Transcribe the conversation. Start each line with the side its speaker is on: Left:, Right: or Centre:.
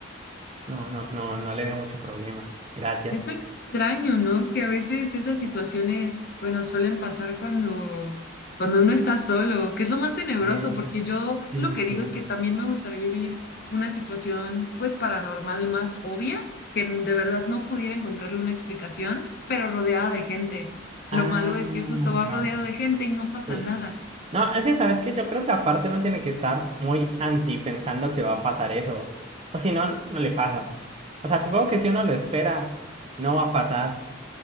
Right: No, no, no, no le veo mucho problema. Gracias.
Left: Es extraño, ¿no? Que a veces esas situaciones, bueno, suelen pasar cuando, cuando uno está solo, que es lo más tenebroso,
Right: Eso,
Left: porque yo
Right: sí,
Left: lo
Right: sí,
Left: que digo
Right: sí.
Left: es que también me gustaría vivir una situación, pues, paranormal más obvia, que n- de verdad no pudiera encontrarle una explicación, pero rodeada de gente. Lo
Right: Ah,
Left: malo es que justo vas
Right: dale.
Left: rodeado de gente y no pasa
Right: Sí.
Left: nada.
Right: No, es que sabes que yo creo que aparte uno tiene que estar muy anti pensando que va a pasar eso. O si no, no le pasa. O sea, supongo que si uno lo espera, no va a pasar.